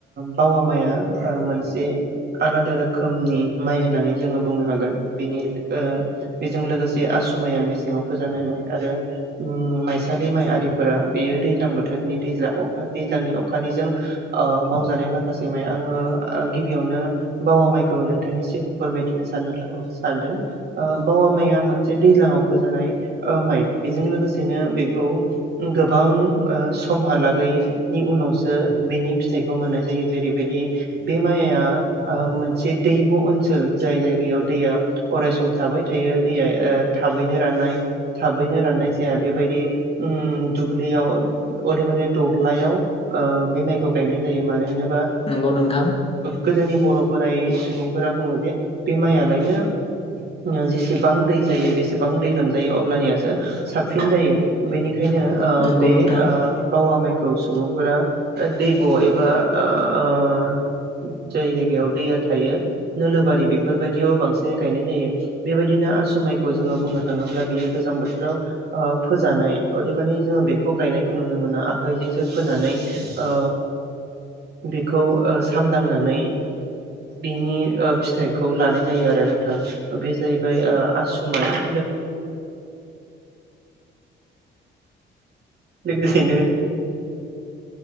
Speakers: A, on the right (about 55°); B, on the left (about 30°).
A: बावा माइआ मोनसे आलादा रोखोमनि माइ होननानै जोंङो बुंनो हागोन बेनि बेजों लोगोसे आसुमाइआ मेसेङाव फोजानाय माइ आरो माइसालि माइ आरिफोरा बेयो दैज्लां बोथोरनि दैज्लांखा दैज्लांनि अखानिजों मावजानाय माखासे माइ आंङो गिबियावनो बावा माइखौ नोंथांनि सि म फोरमायथिनो सान-सानदों ओ बावा माइआ मोनसे दैज्लां आव फोजानाय माइ बेजों लोगोसेनो बेखौ गोबां समहालागैनि उनावसो बेनि फिथाइखौ मोननाय जायो जेरैबायदि बे माइआ मोनसे दै ओनसोल जाय जायगायाव दैया अरायस थाबाय थायो दैया थाबैनो राननाय थाबैनो राननाय जाया बेबायदि दुब्लियाव अदेबानि दबलायाव बे माइखौ गायनाय जायो मानो जेनेबा
B: नंगौ नोंथां
A: गोदोनि बर' बोराय <unintelligible> फोरा बुङो जे बे माइलायनो जेसेबां दै जायो जेसेबां दै लोमजायो अब्लानियासो साबसिन जायो बेनि खायनो
B: नंगौ
A: बे
B: नोंथां
A: बावा माइ खौ सुबुंफोरा दै ब' एबा ओ जाय जायगायाव दैया थायो नोलोबारि बेफोरबायदियाव बांसिन गायनाय जायो बेबायदिनो आस माइखौ जोङो बुंनो थाङोब्ला बियो गोजां बोथोराव ओ फोजानाय अदेबानि जोङो बेखौ गायनायखौ नुनो मोना आखाइजोंसो फोनानै ओ बेखौ सामदांनानै बिनि ओ बिनि फिथाइखौ लानाय जायो आरो नोंथां बे जाहैबाय ओ आसुमाय लोगोसेनो